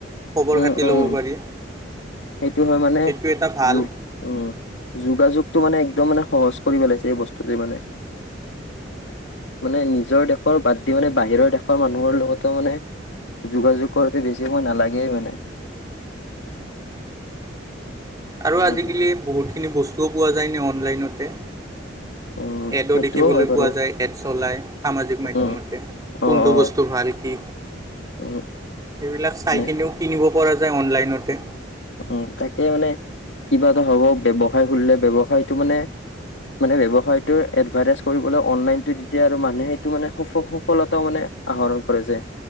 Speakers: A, on the right (about 20°); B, on the left (about 70°).
A: খবৰ
B: উম
A: খাতি
B: উম
A: ল'ব পাৰি,
B: সেইটো হয় মানে
A: সেইটো এটা ভাল।
B: যো উম, যোগাযোগতটো মানে একদম মানে সহজ কৰি পেলাইছে এই বস্তুটোৱে মানে। মানে নিজৰ দেশৰ বাদ দি মানে বাহিৰৰ দেশৰ মানুহৰ লগতো মানে। যোগাযোগ কৰোতে বেছি সময় নালাগেই মানে।
A: আৰু
B: উম
A: আজিকালি বহুতখিনি বস্তুও পোৱা যায়নে অনলাইনতে।
B: উম
A: এডো
B: সেইটোও
A: দেখিবলৈ
B: হয় বাৰু
A: পোৱা যায়, এডচ ওলায় সামাজিক মাধ্যমতে।
B: উম অ'
A: কোনটো
B: অ'
A: বস্তু ভাল কি
B: উম
A: সেইবিলাক চাই
B: নে
A: কিনেও কিনিব পৰা যায় অনলাইনতে।
B: উম, তাকে মানে কিবা এটা হ'ব ব্যৱসায় খুলিলে, ব্যৱসায়তটো মানে মানে ব্যৱসায়টো এডভাৰটাইজ কৰিবলৈ অনলাইনতটো দি দিয়ে আৰু মানুহে সেইটো মানে স সফলতা মানে আহৰণ কৰে যে,